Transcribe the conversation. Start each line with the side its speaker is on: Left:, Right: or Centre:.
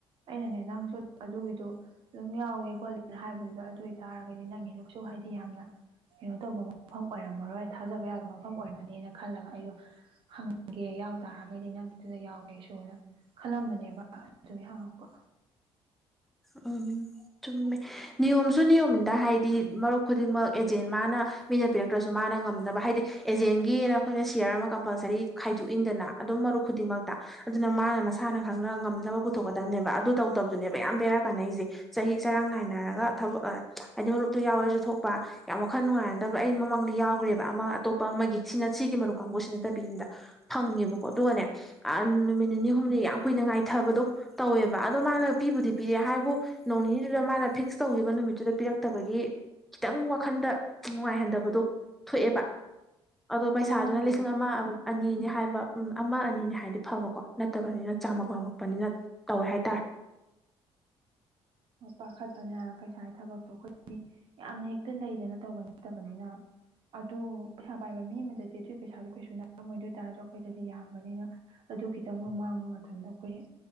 Right: ꯑꯩꯅꯅꯦ ꯅꯪꯁꯨ ꯑꯗꯨꯒꯤꯗꯣ ꯑꯗꯨꯝ ꯌꯥꯎꯋꯦ ꯈꯣꯠꯂꯦ ꯍꯥꯏꯕꯗꯨꯗ ꯑꯗꯨ ꯑꯣꯏꯇꯥꯔꯒꯗꯤ ꯅꯪꯒꯤꯗꯨ ꯁꯨ ꯍꯥꯏꯗꯤ ꯌꯥꯝꯅ ꯀꯩ ꯇꯧꯕ ꯃꯐꯝ ꯑꯣꯏꯔꯝꯃꯔꯣꯏ ꯊꯥꯖꯕ ꯌꯥꯕ ꯃꯐꯝ ꯑꯣꯏꯃꯅꯤꯅ ꯈꯜꯂꯒ ꯑꯩꯗꯣ ꯍꯪꯒꯦ ꯌꯥꯎ ꯇꯥꯔ ꯌꯥꯔꯒꯗꯤ ꯅꯪꯒꯤꯗꯨꯗ ꯌꯥꯎꯒꯦ ꯑꯩꯁꯨꯅ ꯈꯜꯂꯝꯕꯅꯦꯕ ꯑꯗꯨꯒꯤ ꯍꯪꯉꯛꯄ
Centre: ꯎꯝ ꯆꯨꯝꯃꯦ ꯅꯤꯌꯣꯝꯁꯨ ꯅꯤꯌꯣꯝꯅꯤꯗ ꯍꯥꯏꯗꯤ ꯃꯔꯨꯞ ꯈꯨꯗꯤꯡꯃꯛ ꯑꯦꯖꯦꯟ ꯃꯥꯅ ꯃꯤꯅ ꯄꯤꯔꯛꯇ꯭ꯔꯁꯨ ꯃꯥꯅ ꯉꯝꯅꯕ ꯍꯥꯏꯗꯤ ꯑꯦꯖꯦꯟꯒꯤꯅ ꯑꯩꯈꯣꯏꯅ ꯁꯤꯌꯔ ꯑꯃ ꯀꯝꯄꯜꯁ ꯔꯤ ꯈꯥꯏꯗꯣꯛꯏꯟꯗꯅ ꯑꯗꯨꯝ ꯃꯔꯨꯞ ꯈꯨꯗꯤꯡꯃꯛꯇ ꯑꯗꯨꯅ ꯃꯥꯅ ꯃꯁꯥꯅ ꯈꯪꯅ ꯉꯝꯅꯕ ꯄꯨꯊꯣꯛꯀꯗꯝꯅꯦꯕ ꯑꯗꯨ ꯇꯧꯗꯕꯗꯨꯅꯦꯕ ꯃꯌꯥꯝ ꯕꯦꯔꯥ ꯀꯥꯟꯅꯩꯖꯦ ꯆꯍꯤꯛ ꯆꯔꯥꯡ ꯅꯥꯏꯅꯔꯒ ꯊꯕꯛ ꯑꯥ ꯍꯥꯏꯗꯤ ꯃꯔꯨꯞꯇꯨ ꯌꯥꯎꯔꯦꯁꯨ ꯊꯣꯛꯄ ꯌꯥꯝ ꯋꯥꯈ ꯈꯜ ꯅꯨꯡꯉꯥꯏꯅꯗꯕ ꯑꯩ ꯃꯃꯥꯡꯗ ꯌꯥꯎꯒ꯭ꯔꯦꯕ ꯑꯃ ꯑꯇꯣꯞꯄ ꯑꯃꯒꯤ ꯁꯤꯅ ꯁꯤꯒꯤ ꯃꯔꯨꯞ ꯀꯥꯡꯕꯨꯁꯤ ꯅꯠꯇꯕꯤꯅꯤꯗ ꯉꯦꯕꯀꯣ ꯑꯗꯨꯒꯅꯦ ꯑꯥ ꯅꯨꯃꯤꯠ ꯅꯤꯅꯤ ꯍꯨꯝꯅꯤ ꯌꯥꯝ ꯀꯨꯏ ꯉꯥꯏꯊꯕꯗꯣ ꯇꯧꯋꯦꯕ ꯑꯗꯣ ꯃꯥꯅ ꯄꯤꯕꯨꯗꯤ ꯄꯤꯔꯛꯑꯦ ꯍꯥꯏꯕꯨ ꯅꯣꯡ ꯅꯤꯅꯤꯗꯨꯗ ꯃꯥꯅ ꯐꯤꯛꯁ ꯇꯧꯈꯤꯕ ꯅꯨꯃꯤꯠꯇꯨꯗ ꯄꯤꯔꯛꯇꯕꯒꯤ ꯈꯤꯇꯪ ꯋꯥꯈꯟꯗ ꯅꯨꯡꯉꯥꯏꯍꯟꯗꯕꯗꯣ ꯊꯣꯛꯑꯦꯕ ꯑꯗꯣ
Right: ꯍꯣꯏ
Centre: ꯄꯩꯁꯥꯗꯨꯅ
Right: ꯆꯔꯥꯡꯅꯕꯗꯣ
Centre: ꯂꯤꯁꯤꯡ ꯑꯃ ꯑꯅꯤꯅꯤ ꯍꯥꯏꯕ ꯃ ꯑꯃ ꯑꯅꯤꯅꯦ ꯍꯥꯏꯗꯤ ꯐꯕꯀꯣ ꯅꯠꯇꯕꯅꯤꯅ ꯆꯥꯝꯃꯛ ꯄꯥꯝꯃꯛꯄꯅꯤꯅ ꯇꯧꯋꯦ ꯍꯥꯏꯇꯥꯔꯦ
Right: ꯄꯥꯈꯠꯄꯅꯦ ꯍꯥꯏꯕ ꯄꯩꯁꯥꯒꯤ ꯊꯕꯛꯇꯣ ꯑꯩꯈꯣꯏꯗꯤ ꯌꯥꯝꯅ ꯍꯦꯛꯇ ꯂꯩꯗꯅ ꯇꯧꯕ ꯅꯠꯇꯕꯅꯤꯅ ꯑꯗꯨ ꯄꯩꯁꯥ ꯄꯥꯏꯕ ꯃꯤ ꯑꯃꯗꯗꯤ ꯑꯗꯨꯒꯤ ꯄꯩꯁꯥꯗꯣ ꯀꯩꯁꯨ ꯅꯠꯂꯝꯃꯣꯏ ꯑꯗꯨ ꯑꯣꯏꯇꯥꯔꯁꯨ ꯑꯩꯈꯣꯏꯗꯗꯤ ꯌꯥꯝꯕꯅꯤꯅ ꯑꯗꯨ ꯈꯤꯇꯪꯗ ꯃꯥꯡꯕ ꯃꯇꯝꯗ ꯑꯩꯈꯣꯏ